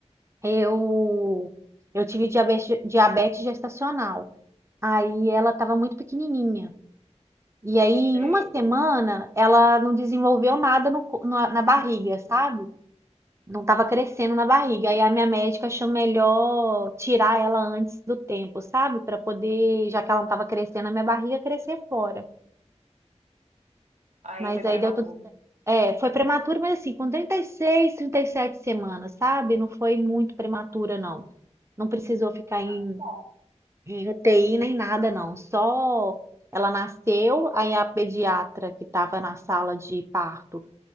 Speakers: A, on the right; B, on the right.
A: Eu, eu tive diabetes, diabetes gestacional. Aí ela estava muito pequenininha. E aí,
B: Sei.
A: em uma semana, ela não desenvolveu nada no co- na, na barriga, sabe? Não estava crescendo na barriga. Aí a minha médica achou melhor tirar ela antes do tempo, sabe? Para poder, já que ela não estava crescendo, a minha barriga crescer fora.
B: Aí
A: Mas
B: foi
A: aí
B: prematuro.
A: deu tudo. É, foi prematura, mas assim, com 36, 37 semanas, sabe? Não foi muito prematura, não. Não precisou ficar em
B: Ah, bom.
A: É, TI nem nada, não. Só ela nasceu, aí a pediatra que estava na sala de parto